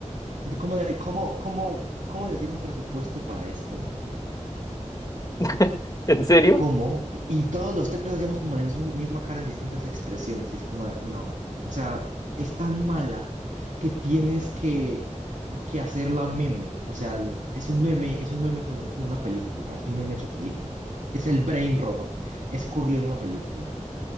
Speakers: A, on the right; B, on the left.
A: De cómo, de, cómo, cómo, cómo les dieron presupuesto para esto?
B: <laughs> ¿En serio?
A: ¿Cómo? Y, y todos los tres hacíamos como la mis- misma cara en distintas expresiones, y es como de, no, o sea, es tan mala que tienes que, que hacerla meme, o sea, es un meme, es un meme como una película, es un meme hecho película, es el brain rot, es corrido en una película,